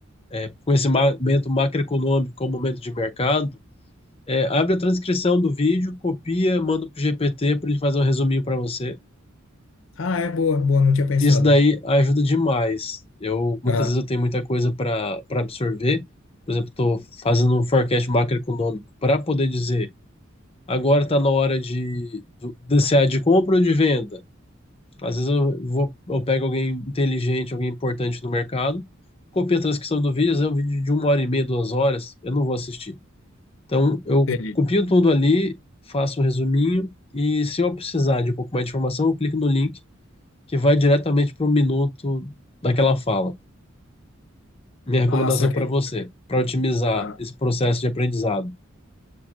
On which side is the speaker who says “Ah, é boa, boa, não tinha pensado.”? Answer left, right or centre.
Left